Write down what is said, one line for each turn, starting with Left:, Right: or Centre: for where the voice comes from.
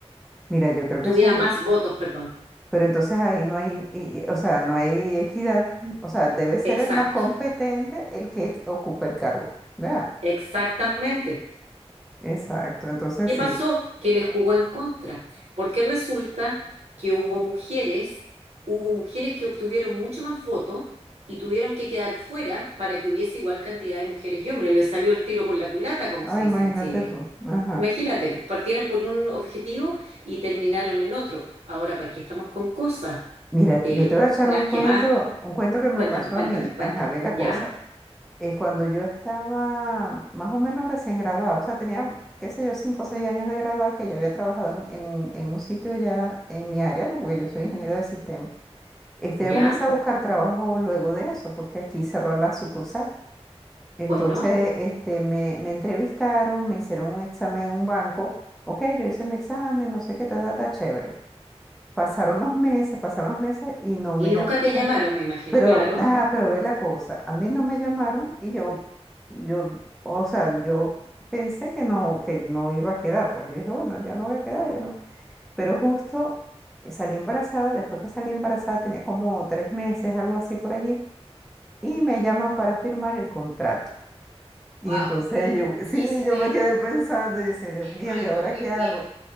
Centre: Mira, yo creo
Right: tuviera
Centre: que eso,
Right: más votos, perdón.
Centre: Pero entonces ahí no hay, y- y- o sea, no hay equidad. O sea, debe ser
Right: Exacto,
Centre: el más competente el que ocupe el cargo. ¿Verdad?
Right: exactamente.
Centre: Exacto. Entonces
Right: ¿Qué
Centre: sí.
Right: pasó? Que le jugó en contra, porque resulta que hubo mujeres, hubo mujeres que obtuvieron mucho más votos y tuvieron que quedar fuera para que hubiese igual cantidad de mujeres y hombres. Les salió el tiro por la culata, como
Centre: Ah,
Right: se
Centre: imagínate
Right: dice en Chile.
Centre: tú. Ajá.
Right: Imagínate, pues partieron por un objetivo y terminaron en otro. Ahora, ¿para qué estamos con cosas?
Centre: Mira,
Right: Eh,
Centre: yo te voy a echar
Right: las
Centre: un cuento,
Right: que más,
Centre: un cuento que me
Right: cuéntame,
Centre: pasó
Right: cuéntame,
Centre: a mí.
Right: cuéntame.
Centre: Ajá, ve la
Right: ¿Ya?
Centre: cosa. Eh, cuando yo estaba más o menos recién graduada, o sea, tenía, qué sé yo, cinco o seis años de graduada, que ya había trabajado en, en un, en un sitio ya en mi área, ¿no? Porque yo soy ingeniero de sistemas. Este,
Right: ¿Ya?
Centre: yo comencé a buscar trabajo luego de eso, porque aquí cerró la sucursal. Entonces,
Right: Bueno,
Centre: este, me, me entrevistaron, me hicieron un examen en un banco. Ok, yo hice mi examen, no sé qué, ta, ta, ta, chévere. Pasaron los meses, pasaron los meses y no
Right: y
Centre: me
Right: nunca
Centre: llamaron.
Right: te llamaron, me imagino,
Centre: Pero,
Right: claro.
Centre: ah, pero ve la cosa, a mí no me llamaron y yo, yo, o sea, yo pensé que no, que no iba a quedar. Pues yo dije, bueno, ya no voy a quedar, ya no. Pero justo eh, salí embarazada, después que salí embarazada tenía como tres meses, algo así por allí y me llaman para firmar el contrato. Y
Right: Wow,
Centre: entonces yo, <laughs> sí,
Right: ¿qué hiciste
Centre: yo
Right: ahí?
Centre: me quedé pensando y decía, Dios mío,
Right: Ay,
Centre: ¿y ahora
Right: no, Dios
Centre: qué hago?
Right: mío.